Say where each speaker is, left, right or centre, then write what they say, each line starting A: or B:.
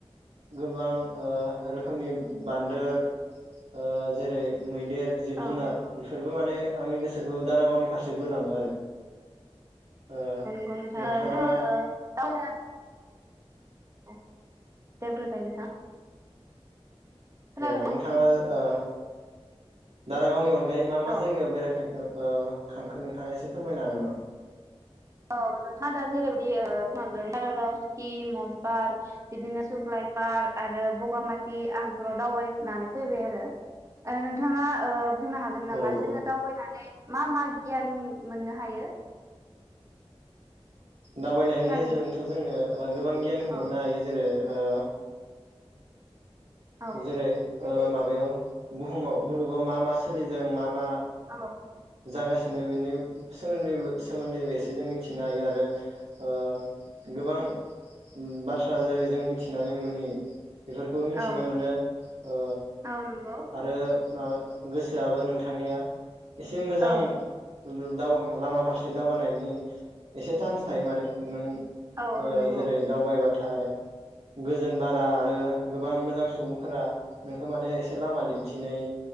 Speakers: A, on the right (about 80°); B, on the right (about 30°).
A: गोबां ओ रोखोमनि बान्दोर ओ जेरै मैदेर जिब
B: औ
A: जुनार
B: नंगौ
A: बेफोरबो माने आंनि गोसोखौ दारागावनि फारसे बोलाङो आरो ओ
B: ग
A: नोंथाङा
B: नोंथां जोङो ओ दावबायना अ देब्र दाइल नोंथां खोनादोंना
A: अ नोंथाङा ओ दारागावनि अन गायै मा मा
B: औ
A: जायगायाव बेरायफेरखो? ओ खांखो नोंथाङा एसे फोरमायनो हागोन नामा?
B: औ नोंथाङा दा जेरैबायदि ओ बुंलांदों दारागाव सुकि म'ज पार्क बिदिनो सुकलाय पार्क आरो बगामाटि आं बेफोराव दावबायनानै फैबाय आरो ओ नोंथाङा ओ बुंनो हागोन नामा
A: औ
B: जोङो
A: औ
B: दावबायनानै मा मा गियान मोननो हायो?
A: दावबायनायनि
B: खोनादोंना
A: गेजेरजोंथ' जोङो ओ गोबां गियानखौ
B: औ
A: मोननो हायो जेरै ओ
B: औ
A: जेरै
B: जेरै
A: ओ माबायाव बुहुमाव मुलुगाव मा मा सोलिदों मा मा?
B: औ
A: जागासिनो बेनि सोमोन्दै सोमोन्दैबो एसे जों मिथिनो हायो आरो ओ गोबां बाथ्रा जेरै जों मिथिनानै मोनि बेफोरखौबो मिथिनो
B: औ
A: मोनो ओ
B: औ नंगौ
A: आरो माबा गोसोआबो नोंथांनिया इसे मोजां
B: औ
A: <unintelligible> दाव लामा फारसे दावगानायनि एसे चान्स थायो माने नों
B: औ औ
A: ओ
B: नंगौ
A: जेरै दावबाय बाथ थाय गोजोन बाराद आरो गोबां मोजां सुबुं फोरा नोंखौ माने एसे लामा दिन्थिनाय